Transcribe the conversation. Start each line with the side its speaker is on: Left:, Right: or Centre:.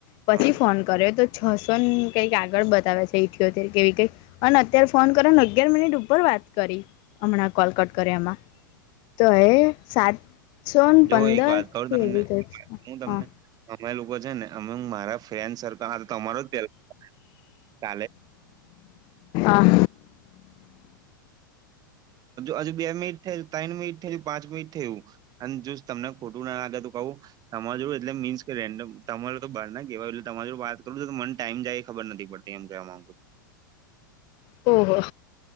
Left: પછી
Right: હા
Left: ફોન કર્યો તો. છસો ને કઈક આગળ બતાવે છે ઈઠત કેવી કઈ અને અત્યારે. ફોન કરેને અગિયાર મિનિટ ઉપર વાત કરી હમણાં કોલ કટ કર્યા એમાં. તો એ સાતસો
Right: જો
Left: પંદર
Right: એક વાત કહું
Left: કેવીઈ
Right: તમને
Left: છે
Right: હું તમને
Left: હા.
Right: અમે લોકો છે ને અમે મારા ફ્રેન્ડ સર્કલ આ તમારો જ <inaudible> પેલા ચાલે.
Left: આહ.
Right: હજુ બે મિનિટ થય ત્રણ મિનિટ થયું પાંચ મિનિટ થયું અને જો તમને ખોટું ના ના લાગે તો કહું એમાં જો એટલે મીન્સ કે રેન્ડમ તમારે તો બાર ના કેવાય તમાર જોડ વાત કરું મન ટાઈમ જાય ખબર નથી પડતી એમ કેહવા માંગુું.
Left: ઓહો.